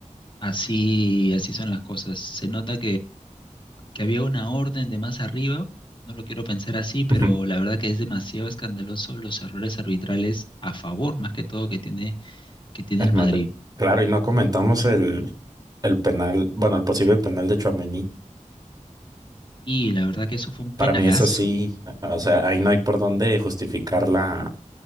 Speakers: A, on the left (about 40°); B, on the right (about 30°).
A: así, así son las cosas. Se nota que había una orden de más arriba, no lo quiero pensar así, pero
B: <laughs>
A: la verdad que es demasiado escandaloso los errores arbitrales a favor, más que todo, que tiene, que tiene
B: El
A: el Madrid.
B: mand- Claro, y no comentamos el, el penal, bueno, el posible penal de Tchouaméni.
A: Y la verdad que eso fue un penalazo.
B: Para mí es así, o sea, ahí no hay por dónde justificar la,